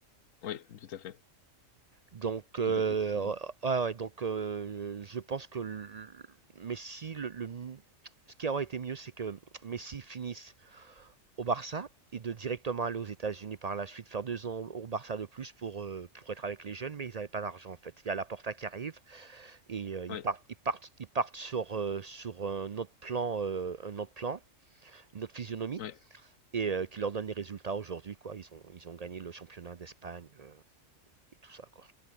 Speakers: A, on the left; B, on the right.
A: oui, tout à fait.
B: Donc, euh,
A: Tout à fait, tout à fait.
B: ah ouais, donc euh, je pense que le- Messi, le, le mi- ce qui aurait été mieux, c'est que Messi finisse au Barça et de directement aller aux États-Unis par la suite, faire deux ans au Barça de plus pour, euh, pour être avec les jeunes, mais ils n'avaient pas d'argent en fait. Il y a Laporta qui arrive et euh, ils
A: Oui,
B: partent, ils partent, ils partent sur, euh, sur un autre plan, euh, un autre plan, une autre physionomie
A: oui,
B: et euh, qui leur donne des résultats aujourd'hui, quoi. Ils ont, ils ont gagné le championnat d'Espagne euh, et tout ça, quoi.